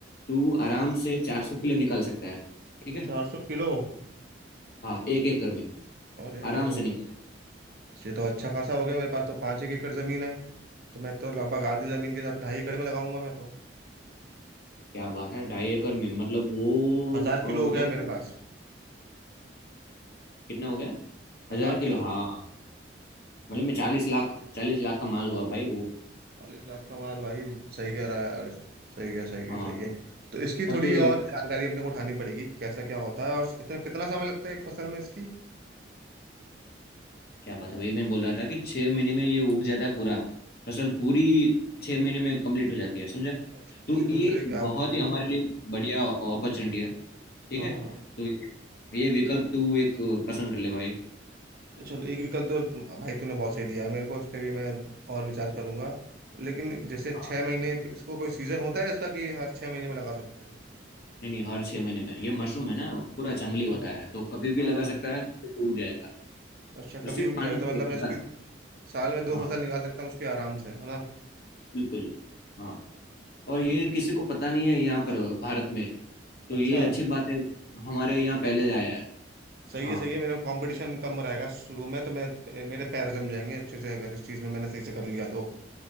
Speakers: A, on the left; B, on the right.
A: तू आराम
B: हाँ
A: से चार सौ किलो निकाल सकता है ठीक है
B: चार सौ किलो
A: हाँ एक एकड़ में
B: अरे यार
A: आराम
B: ये
A: से
B: तो
A: निकल सकता है।
B: ये तो अच्छा खासा हो गया मेरे पास तो पाँच एक एकड़ जमीन है तो मैं तो लगभग आधी जमीन के हिसाब से ढाई एकड़ में लगाऊंगा मैं तो
A: क्या बात है ढाई एकड़ में मतलब वो
B: हजार किलो हो गया
A: अ, तकरीबन
B: मेरे पास
A: कितना हो गया
B: हजार
A: हजार किलो
B: किलो
A: हाँ मतलब मैं चालीस लाख चालीस लाख का माल हुआ भाई वो
B: चालीस लाख का माल भाई सही कह रहा है यार सही है सही है
A: हाँ
B: सही है तो इसकी
A: और
B: थोड़ी
A: तू
B: और जानकारी अपने को उठानी पड़ेगी कि कैसा क्या होता है और इतना कितना समय लगता है एक फसल में इसकी
A: क्या बात है वही मैं बोल रहा था कि छह महीने में ये उग जाता है पूरा फसल पूरी छह महीने में कंप्लीट हो जाती है समझा
B: अच्छा,
A: तो
B: शुरू
A: ये
B: से लेके आखिर
A: बहुत
B: तक
A: ही हमारे
B: हाँ
A: लिए बढ़िया अपॉर्चुनिटी है ठीक
B: हाँ।
A: है तो ये ये विकल्प तू एक पसंद कर ले भाई
B: चलो एक विकल्प तो तुम- भाई तूने बहुत सही दिया है मेरे को इस पे भी मैं और विचार करूंगा लेकिन जैसे
A: हाँ
B: छह महीने इसको कोई सीजन होता है इसका कि हर छह महीने में लगा सकते हैं
A: नहीं नहीं हर छह महीने में ये मशरूम है ना पूरा जंगली होता
B: हाँ
A: है तो कभी भी
B: हाँ,
A: लगा सकता है कभी भी उग जाएगा
B: अच्छा
A: और
B: कभी
A: सिर्फ
B: उग
A: पानी
B: जाएगा तो
A: चाहिए
B: मतलब मैं
A: हल्का
B: इसकी
A: सा
B: साल में दो
A: हाँ
B: फसल निकाल सकता हूँ उसके आराम से है ना
A: बिल्कुल हाँ और ये किसी को पता नहीं है यहाँ पर भारत में तो
B: अच्छा
A: ये अच्छी बात है हमारे यहाँ पहले
B: हाँ, तो अभी
A: आया है
B: सही
A: हाँ
B: है सही है मेरा कंपटीशन कम रहेगा शुरू में तो मैं मेरे पैर जम जाएंगे अच्छे से अगर इस चीज में मैंने सही से कर लिया तो